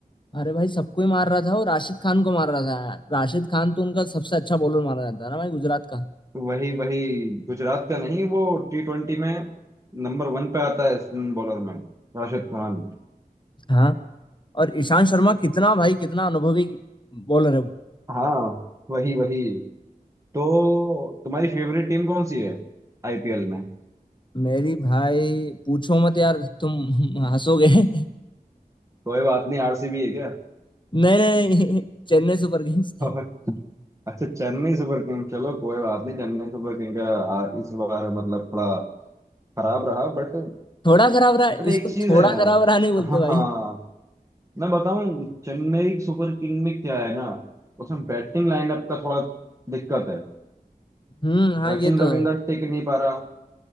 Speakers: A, on the left (about 30°); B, on the right (about 20°).
A: अरे भाई सबको ही मार रहा था वो राशिद खान को मार रहा था राशिद खान तो उनका सबसे अच्छा बॉलर माना जाता है ना भाई गुजरात का
B: वही वही गुजरात का नहीं वो टी ट्वेंटी में नंबर वन पे आता है स्पिन बॉलर में राशिद खान
A: हाँ और ईशांत शर्मा कितना भाई कितना अनुभवी बॉलर है वो
B: हाँ वही वही तो तुम्हारी फेवरेट टीम कौन सी है आईपीएल में <laughs>
A: मेरी भाई पूछो मत यार तुम हंसोगे <laughs>
B: कोई बात नहीं आरसीबी है क्या
A: नहीं नहीं नहीं Chennai super Kings
B: और अच्छा चेन्नई सुपर किंग चलो कोई बात नहीं चेन्नई सुपर किंग का आ, इस बार मतलब थोड़ा खराब रहा बट
A: थोड़ा खराब रहा
B: बट एक
A: इसको
B: चीज
A: थोड़ा
B: है
A: खराब रहा नहीं बोलते
B: हाँ
A: भाई
B: मैं बताऊं चेन्नई सुपर किंग में क्या है ना उसमें बैटिंग लाइनअप का थोड़ा दिक्कत है
A: हम्म हाँ
B: सचिन
A: ये तो
B: रविंद्र
A: है
B: टिक नहीं पा रहा